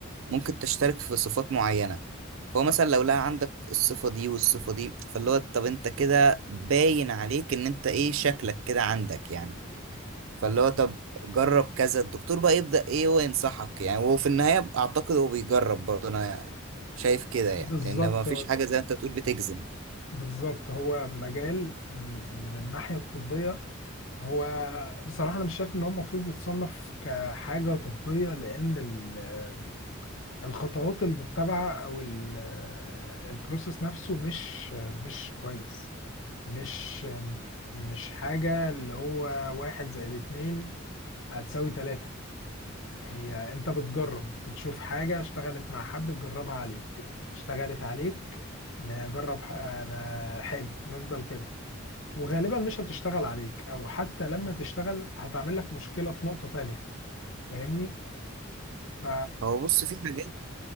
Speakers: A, on the right; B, on the left.
A: ممكن تشترك في صفات معينة فهو مثلا لو لقى عندك الصفة دي والصفة دي فاللي هو طب انت كده باين عليك ان انت ايه شكلك كده عندك يعني فاللي هو طب جرب كذا الدكتور بقى يبدأ ايه هو ينصحك يعني هو في النهاية اعتقد هو بيجرب برضه انا شايف كده يعني
B: بالظبط
A: لان ما فيش حاجة زي ما انت بتقول بتجزم
B: بالظبط هو مجال من من الناحية الطبية هو بصراحة أنا مش شايف إن هو المفروض يتصنف كحاجة طبية لأن ال- الخطوات المتبعة أو ال- البروسيس نفسه مش مش كويس مش مش حاجة اللي هو واحد زائد اتنين هتساوي تلاتة هي أنت بتجرب بتشوف حاجة اشتغلت مع حد تجربها عليك اشتغلت عليك نجرب ح- أنا- حلو نفضل كده وغالبا مش هتشتغل عليك او حتى لما تشتغل هتعمل لك مشكلة في نقطة تانية فاهمني ف
A: هو بص في حاجات